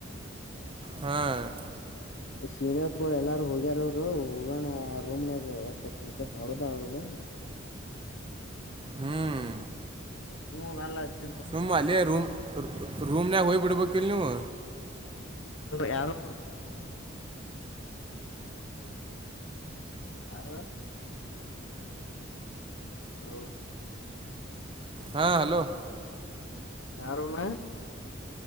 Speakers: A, on the right; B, on the left.
A: ಹ್ಮ್
B: ಸೀನಿಯರ್ಸ್ ಗಳು ಎಲ್ಲಾರು ಹೋಗ್ಯಾರರು ಹೋಗೋಣ ಆ ರೂಮ್ನಾಗ ಒಟ್ಟೆ ಕ್ರಿಕೆಟ್ ಆಡುದ ಆಡುದ.
A: ಹ್ಮ್
B: ಇಗ ನಲ್ಲಾಚು.
A: ಸುಮ್ ಅಲ್ಲಿ ರೂಮ್ ರೂಮ್ನಯಾಗ ಹೋಗಯ್ ಬಿಡ್ಬೇಕಲ್ ನೀವು.
B: ಯಾರುಮ್ಮ. ಯಾರು. ಹಲೋ.
A: ಹಾ ಹಲೋ.
B: ಯಾರ ರೂಮ.